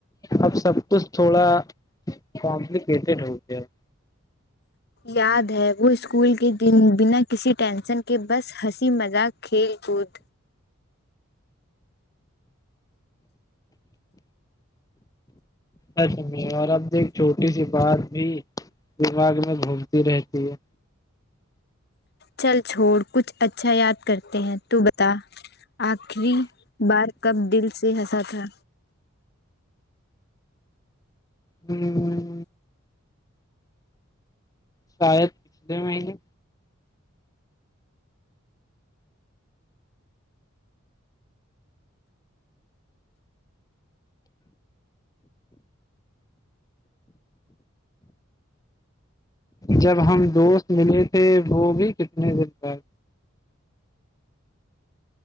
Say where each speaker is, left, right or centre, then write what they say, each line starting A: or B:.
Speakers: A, on the left (about 15°); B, on the left (about 50°).
A: اب سب کچھ تھوڑا کمپلیکیٹڈ ہوگیا ہیں
B: یاد ہے وہ اسکول کے دن بنا کسی ٹینسن کے بس ہنسی مذاق کھیل کود
A: ا اور اب دیکھو چھوٹی سی بات بھی دماغ میں گھومتی رہتی ہے
B: چل چھوڑ کچھ اچھا یاد کرتے ہیں تو بتا آخری بار کب دل سے ہنسا تھا
A: ہوں شاید پچھلے مہینے جب ہم دوست ملے تھے وہ بھی کتنے دن بعد